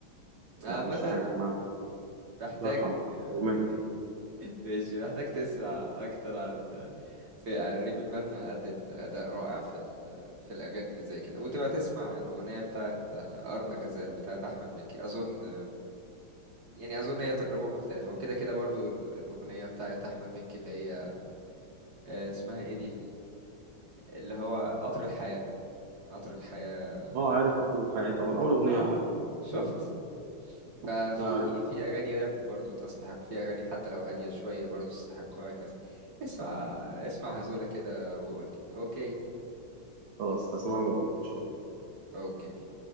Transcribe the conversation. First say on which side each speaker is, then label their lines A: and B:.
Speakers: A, on the right (about 50°); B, on the right (about 70°).
A: عامة
B: لا مش عارف ما عندي الله
A: محتاج
B: يرحمه
A: <laughs>
B: هو مات
A: ماشي محتاج تسمع اكتر عن في ريم البنا أدت أداء رائع في ال... في الأغاني اللي زي كده وتبقى تسمع الأغنية بتاعت أرن غزال بتاعت أحمد مكي أظن يعني أظن هي تجربة مختلفة وكده كده برضو الأغنية بتاعت أحمد مكي اللي هي آه، اسمها إيه دي اللي هو قطر الحياة قطر الحياة
B: أه عارف قطر الحياة طبعا أول أغنية
A: آه
B: عملها
A: شفت
B: مم.
A: ففي
B: أعرف
A: في اغاني راب برضو تستحق في اغاني حتى لو هاديه شويه برضو تستحق وهكذا اسمع اسمع هزوله كده وقول لي اوكي
B: خلاص هسمعها وأقول لك إن شاء الله
A: اوكي